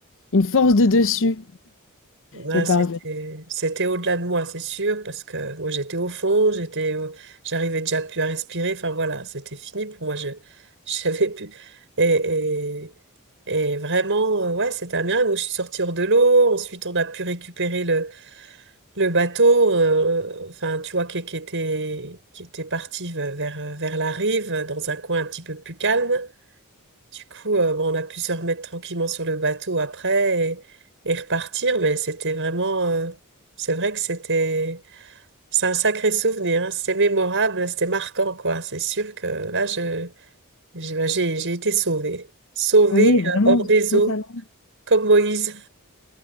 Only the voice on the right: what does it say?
Ouais,
c'était c'était au-delà de moi, c'est sûr, parce que moi j'étais au fond, j'étais au- j'arrivais déjà plus à respirer. Enfin voilà, c'était fini pour moi. Je <laughs> j'avais plus et, et et vraiment euh, ouais, c'était un miracle. Donc, je suis sortie hors de l'eau. Ensuite, on a pu récupérer le le bateau. euh, enfin, tu vois qui, qui était qui était parti ve- vers vers la rive dans un coin un petit peu plus calme. Du coup, euh, bon, on a pu se remettre tranquillement sur le bateau après et, et repartir, mais c'était vraiment, euh, c'est vrai que c'était, c'est un sacré souvenir, hein. C'était mémorable, c'était marquant, quoi. C'est sûr que là, je, j'ai, bah, j'ai j'ai été sauvée, sauvée
euh, hors des
eaux, comme Moïse.